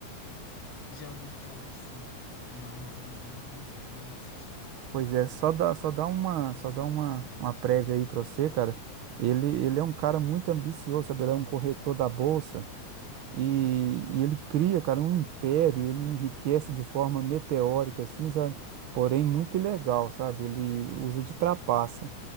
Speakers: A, on the left (about 55°); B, on the right (about 70°).
A: Já ouvi falar sim, mas ainda não, não assisti.
B: Pois é, só dá, só dá uma, só dá uma, uma prévia aí pra você, cara. Ele, ele é um cara muito ambicioso, sabe? Ele é um corretor da bolsa e, e ele cria, cara, um império. Ele enriquece de forma meteórica, assim, sabe? Porém, muito ilegal, sabe? Ele usa de trapaça.